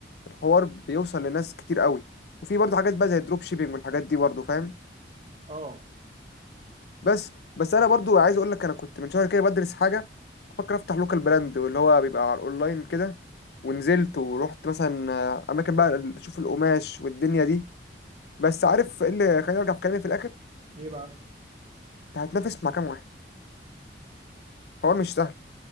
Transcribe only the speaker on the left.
الحوار بيوصل لناس كتير قوي وفي برضه حاجات بقى زي الدروب شيبينج والحاجات دي برضه فاهم
بس بس انا برضه عايز اقول لك انا كنت من شهر كده بدرس حاجه بفكر افتح لوكال براند واللي هو بيبقى على الاونلاين كده ونزلت ورحت مثلا آه، اماكن بقى اشوف القماش والدنيا دي بس عارف ايه اللي خليني ارجع في كلامي في الاخر
انت هتنافس مع كام واحد حوار مش سهل